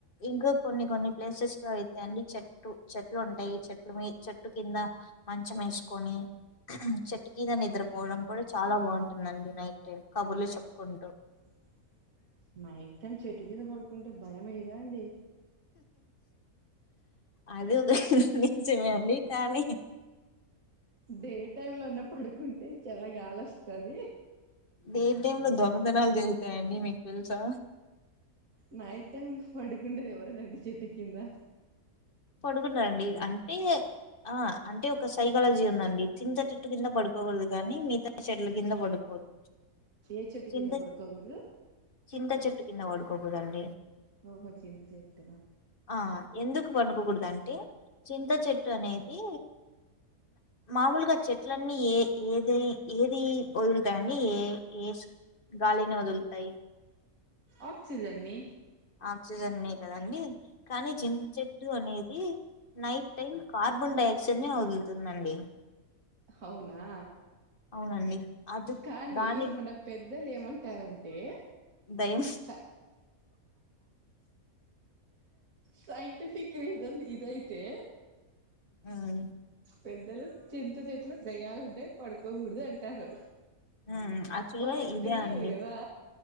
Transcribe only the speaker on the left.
ఇంకా కొన్ని కొన్ని ప్లేసెస్ లో అయిత అడి చెట్ చెటు చెట్లు ఉంటాయి చెట్లు మీ చెట్టు కింద మంచం వేసుకొని, చెట్టు కింద నిద్రపోవడం కూడా చాలా బాగుంటుందండి నైట్ టైం కబుర్లు చెప్పుకుంటూ,
అది నిజమే అండి కానీ
నైట్ టైం లా దొంగతనాలు జరుగుతాయండి మీకు తెలుసా,
పడుకున్నారండి అంటే ఆ అంటే ఒక సైకాలజీ ఉందండి చింత చెట్టు కింద పడుకోూదు కానీ మిగతా చెట్లు కింద పడుకోవదు
చింత
చింత చెట్టు కింద పడుకోకూదండి,
ఆ ఎందుకు పండుకకూడదు అంటే చింత చెట్టు అనేది మామూలుగా చెట్లన్నీ ఏ ఏది ఏది వదులుతాయండి ఏ ఏ గాలిని వదులుతాయి.
ఆక్సిజన్ కదండి కానీ చింత చెట్టు అనేది, నైట్ టైం కార్బన్ డైఆక్సైడ్ ని వదులుతుందండి,
అవునండి అది
దాని
దయం
ఊమ్
ఉమ్ యాక్చువల్
గా ఇదే
అండి